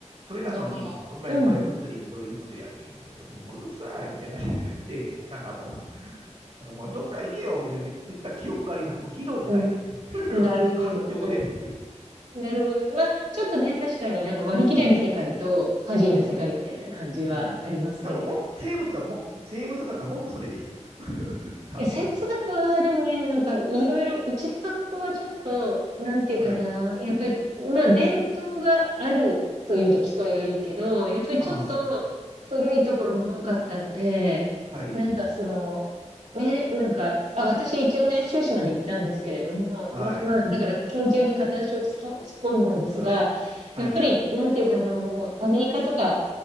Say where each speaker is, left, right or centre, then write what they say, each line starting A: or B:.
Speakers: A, on the right; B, on the right.
A: それなのに、
B: あ
A: お前これ物理でどういうことやねんとか言って、
B: あ、うん、
A: もうもううるさいみたいな感じで、なんかもう、なんかもうどっか行けよみたいな言った記憶があります。もう議論じゃないですね。
B: うん。
A: <laughs>
B: なるほど、
A: 感情で。
B: なるなるほどね。まあ、ちょっとね、確かになんか割り切れる世界と、
A: うん。
B: ファジーな世界みたいな感じはありますけれど
A: うん。うん。多分も生物はも、生物学はもっとそれでしょ。<laughs> 多分。
B: や、哲学は、でもね、なんか、いろいろ、うちの学校はちょっと、なんていうかな、
A: はい。
B: やっぱり、まあ、伝統があるというと聞こえがいいけど、
A: あ、
B: やっぱりちょっと古いところも多かったので、
A: あー、はい。
B: なんかその、ね、なんか、あ、私一応ね、修士まで行ったんですけれども、
A: はい。
B: まあ、まあ、だから研究に片足を突っ込んだんですが、
A: あ、はい。
B: やっぱり、なんていうかな、もう、アメリカとか、